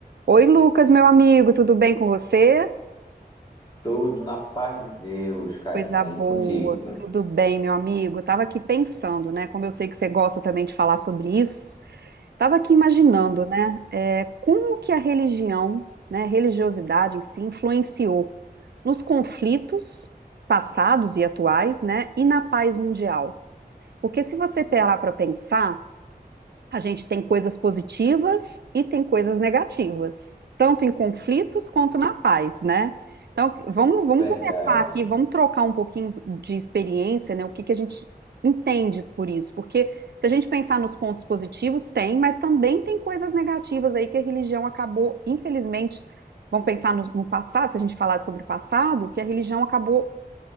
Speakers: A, on the right; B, on the left.
A: Oi, Lucas, meu amigo, tudo bem com você?
B: Tudo na paz de Deus, Karina,
A: Coisa boa,
B: e contigo.
A: tudo bem, meu amigo. Eu tava aqui pensando, né? Como eu sei que você gosta também de falar sobre isso, tava aqui imaginando, né? é, como que a religião, né, a religiosidade em si, influenciou nos conflitos passados e atuais, né? E na paz mundial. Porque se você parar para pensar, A gente tem coisas positivas e tem coisas negativas, tanto em conflitos quanto na paz, né? Então, vamos, vamos
B: Verdade,
A: começar aqui, vamos trocar um pouquinho de experiência, né? O que que a gente entende por isso? Porque se a gente pensar nos pontos positivos, tem, mas também tem coisas negativas aí que a religião acabou, infelizmente, vamos pensar no, no passado, se a gente falar sobre o passado, que a religião acabou